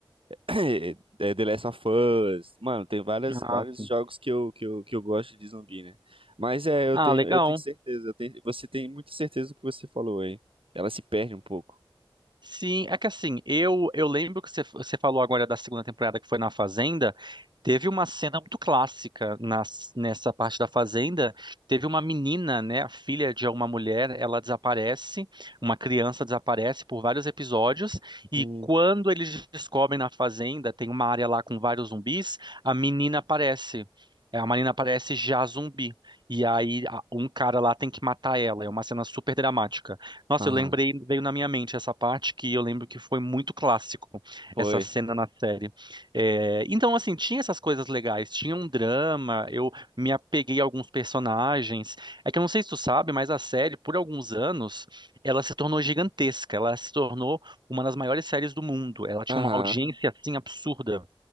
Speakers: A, on the right; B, on the right.
A: é, é, The Last of Us. Mano, tem várias,
B: Ah,
A: vários
B: sim.
A: jogos que eu, que eu, que eu gosto de zumbi, né? Mas é, eu
B: Ah,
A: tenho,
B: legal.
A: eu tenho certeza, eu tenho- você tem muita certeza do que você falou aí. Ela se perde um pouco.
B: Sim, é que assim, eu eu lembro que você, você falou agora da segunda temporada que foi na Fazenda, teve uma cena muito clássica nas, nessa parte da Fazenda, teve uma menina, né, a filha de uma mulher, ela desaparece, uma criança desaparece por vários episódios, e
A: Sim.
B: quando eles descobrem na Fazenda, tem uma área lá com vários zumbis, a menina aparece. É, A menina aparece já zumbi. E aí a- um cara lá tem que matar ela. É uma cena super dramática. Nossa,
A: Aham,
B: eu lembrei, veio na minha mente essa parte que eu lembro que foi muito clássico,
A: foi.
B: essa cena na série. É, então, assim, tinha essas coisas legais, tinha um drama, eu me apeguei a alguns personagens. É que eu não sei se tu sabe, mas a série, por alguns anos, ela se tornou gigantesca, ela se tornou uma das maiores séries do mundo. Ela tinha
A: Aham,
B: uma audiência, assim, absurda.